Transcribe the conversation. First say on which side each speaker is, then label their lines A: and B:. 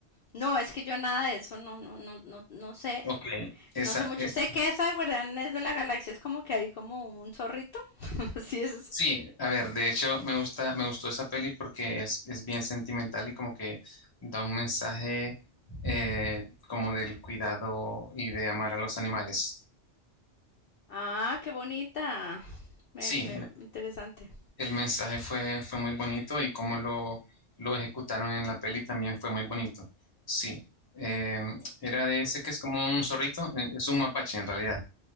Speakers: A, on the left; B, on the left.
A: No, es que yo nada de eso, no, no, no, no, no sé,
B: Ok. Esa
A: No sé mucho.
B: es,
A: Sé que esa de Guardianes de la Galaxia es como que hay como un zorrito. <laughs> sí, es esa.
B: sí, a ver, de hecho me gusta, me gustó esa peli porque es, es bien sentimental y como que da un mensaje eh, como del cuidado y de amar a los animales.
A: Ah, qué bonita. Me,
B: Sí,
A: me, interesante.
B: El mensaje fue, fue muy bonito y cómo lo, lo ejecutaron en la peli también fue muy bonito. Sí, Eh, era de ese que es como un zorrito, eh, es un mapache en realidad.